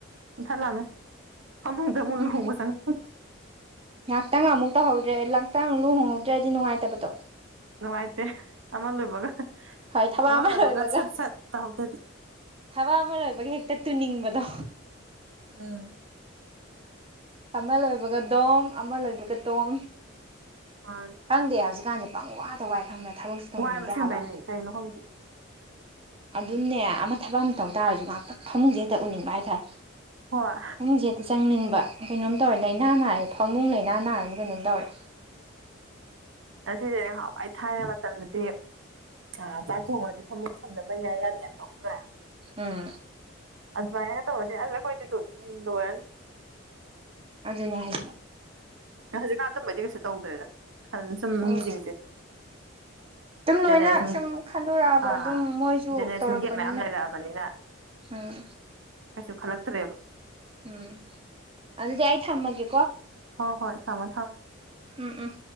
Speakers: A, on the right; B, on the right.
A: ꯏꯊꯠ ꯂꯥꯛꯑꯃꯦ ꯐꯃꯨꯡꯗ ꯑꯃꯨ
B: ꯎꯝ
A: ꯂꯨꯍꯣꯡꯕ ꯆꯪ
B: ꯉꯥꯏꯍꯥꯛꯇꯪ ꯑꯃꯨꯛ ꯇꯧꯍꯧꯗ꯭ꯔꯦ ꯉꯥꯏꯥꯛꯇꯪ ꯂꯨꯍꯣꯡꯍꯧꯗ꯭ꯔꯦꯗꯤ ꯅꯨꯡꯉꯥꯏꯇꯕꯗꯣ
A: ꯅꯨꯡꯉꯥꯏꯇꯦ ꯑꯃ ꯂꯣꯏꯕꯒ
B: ꯍ ꯊꯕ
A: ꯑꯃ
B: ꯑꯃꯥꯏ
A: ꯂꯣꯏꯕꯒ
B: ꯑꯣꯏꯕꯒ
A: ꯁꯠ ꯁꯠ ꯇꯧꯍꯧꯗꯗꯤ
B: ꯊꯕ ꯑꯃ ꯑꯣꯏꯕꯒꯤ ꯍꯦꯛꯇ ꯇꯨꯅꯤꯡꯕꯗꯣ
A: ꯎꯝ
B: ꯑꯃ ꯂꯣꯏꯕꯒ ꯗꯣꯝ ꯑꯃ ꯂꯣꯏꯕꯒ ꯇꯣꯝ
A: ꯃꯥꯅꯤ
B: ꯈꯪꯗꯦ ꯍꯧꯖꯤꯛ ꯀꯥꯟꯁꯦ ꯄꯪ ꯋꯥꯗ ꯋꯥꯏ ꯈꯪꯗ꯭ꯔ ꯊꯕꯛꯁꯨ ꯇꯧꯅꯤꯡꯗꯦ
A: ꯋꯥꯏꯕ ꯑꯁꯦꯡꯕꯩꯅꯦ
B: ꯍꯥꯏꯕ
A: ꯀꯩꯅꯣ ꯈꯪꯗꯦ
B: ꯑꯗꯨꯝꯅꯦ ꯑꯃ ꯊꯕꯛ ꯑꯃ ꯇꯧ ꯇꯥꯔꯁꯨ ꯉꯍꯥꯛꯇ ꯐꯃꯨꯡꯁꯦ ꯍꯦꯛꯇ ꯎꯅꯤꯡꯕ ꯍꯥꯏꯇꯥꯔꯦ
A: ꯍꯣꯏ
B: ꯍꯧꯨꯡꯁꯦꯛꯇ ꯆꯪꯅꯤꯡꯕ ꯀꯩꯅꯣꯝ ꯇꯧꯔꯦ ꯂꯥꯏꯅꯥ ꯅꯥꯏꯔꯦ ꯐꯃꯨꯡ ꯂꯅꯥ ꯅꯥꯔ ꯅ ꯇꯧꯔꯦ
A: ꯉꯁꯤꯁꯦꯅꯦ ꯍꯥꯟꯋꯥꯏ ꯊꯥꯏꯅ ꯃꯇꯝꯗꯗꯤ ꯑ ꯆꯥꯛ ꯊꯣꯡꯉꯗꯤ ꯐꯃꯨꯡ ꯊꯝꯗꯅꯕ ꯑꯌꯥ ꯌꯥꯗꯦ ꯌꯥꯝ ꯇꯧꯗ꯭ꯔꯥ
B: ꯎꯝ
A: ꯑꯗꯨ ꯑꯗꯨꯃ ꯈ ꯇ ꯍꯧꯖꯦ ꯑꯗꯨꯈꯣꯏꯗꯤ ꯂ ꯂꯋꯅ
B: ꯑꯗꯨꯅꯦ ꯍꯥꯏ
A: ꯍꯧꯖꯤꯛꯀꯥꯟꯗ ꯃꯩꯗꯤ ꯀꯩꯁꯨ ꯇꯧꯗ꯭ꯔꯦꯗ ꯈ ꯁꯨꯝ
B: ꯇꯧ
A: ꯃꯤꯁꯤꯡꯁꯦ
B: ꯑꯗꯨꯝ ꯂꯣꯏꯅ
A: ꯖꯦꯅꯦꯔꯦꯁꯟ
B: ꯁꯨꯝ ꯈꯟꯗꯣꯔꯛꯑꯕ
A: ꯑꯥ
B: ꯑꯗꯨꯝ ꯃꯣꯏꯁꯨ
A: ꯖꯦꯅꯦꯔꯦꯁꯟ
B: ꯇꯧꯔꯛꯄꯅꯤꯅ
A: ꯒꯦꯞ ꯃꯌꯥꯝ ꯂꯩꯔꯛꯑꯕꯅꯤꯅ
B: ꯎꯝ
A: ꯀꯩꯁꯨ ꯈꯜꯂꯛꯇ꯭ꯔꯦꯕ
B: ꯎꯝ ꯑꯜꯗꯤꯦ ꯍꯥꯏꯥꯏꯇ ꯑꯃꯒ
A: ꯍꯣ ꯍꯣꯏ ꯊꯝꯃꯣ ꯊꯝꯃꯃꯦꯣ
B: ꯎꯝ ꯎꯝ